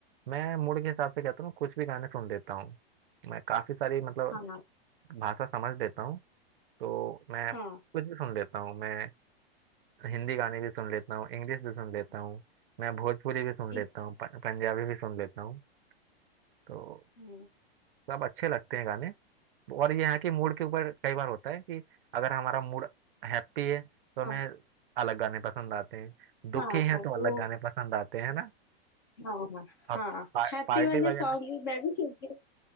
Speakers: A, on the right (about 60°); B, on the left (about 25°).
A: मैं मूड के हिसाब से कहता हूँ कुछ भी गाने सुन लेता हूँ मैं काफी सारी मतलब
B: हाँ
A: भाषा समझ लेता हूँ तो मैं
B: हाँ
A: कुछ भी सुन लेता हूँ मैं हिंदी गाने भी सुन लेता हूँ इंग्लिश भी सुन लेता
B: हाँ
A: हूँ मैं भोजपुरी भी सुन
B: इंग्लिश-
A: लेता हूँ प- पंजाबी भी सुन लेता हूँ तो
B: हम्म,
A: सब अच्छे लगते हैं गाने और ये है कि मूड के ऊपर कई बार होता है कि अगर हमारा मूड हैप्पी है तो हमें
B: हाँ
A: अलग गाने पसंद आते हैं दुखी
B: हाँ
A: है
B: हाँ,
A: तो अलग
B: वो
A: गाने पसंद आते हैं ना
B: हाँ
A: अब
B: हाँ
A: पा,
B: हैप्पी
A: पार्टी
B: वाले
A: वगैरह
B: सॉन्ग भी मैं भी सुनती हूँ